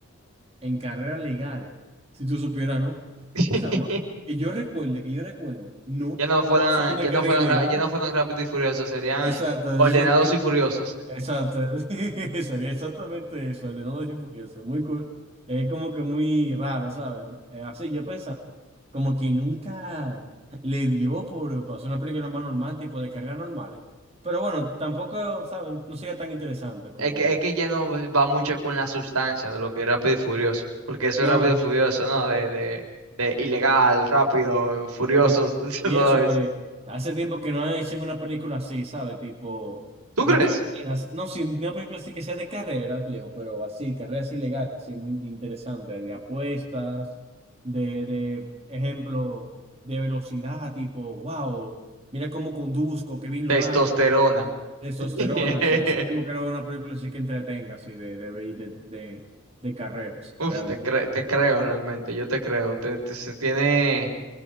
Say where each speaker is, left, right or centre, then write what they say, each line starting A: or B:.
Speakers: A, on the right; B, on the right.
A: En carreras legales, si tú supieras, ¿no?
B: <laughs>
A: <laughs> Jamás. Que yo recuerde, que yo recuerde, no,
B: Ya no fueran,
A: todos son de
B: ya
A: carrera
B: no fueran,
A: ilegal.
B: ra- ya no fueran rápidos y furiosos, serían
A: Exacto,
B: ordenados
A: eso yo entiendo
B: y furiosos.
A: Exacto, <laughs> sí, sería exactamente eso, el de No y Furioso. Muy cool. Es como que muy raro, ¿sabes? Eh, Así yo pensando, como que nunca le dio por hacer una película más normal, tipo de carreras normales. Pero bueno, tampoco, ¿saben? No sería tan interesante como.
B: Es que, es que ya no va mucho con la sustancia de lo que es rápido y furioso, porque eso
A: No,
B: es rápido y furioso, ¿no? De, de, de ilegal, rápido, furiosos,
A: Mm.
B: <laughs> todo
A: Y eso,
B: eso.
A: que hace tiempo que no hacen una película así, ¿sabes? Tipo
B: ¿Tú
A: de
B: crees?
A: carreras. No, sí, una película así que sea de carreras, viejo, pero así, carreras ilegales, así, muy interesante, de apuestas, de, de ejemplo, de velocidad, tipo, wow, mira cómo conduzco, qué bien
B: Testosterona.
A: lo hago, testosterona,
B: <laughs>
A: sí. Hace tiempo que no veo una película así que entretenga, así, de, de, de, de, de carreras,
B: Uf,
A: realmente.
B: te, cre- te creo realmente, yo te creo. Te, te- se tiene...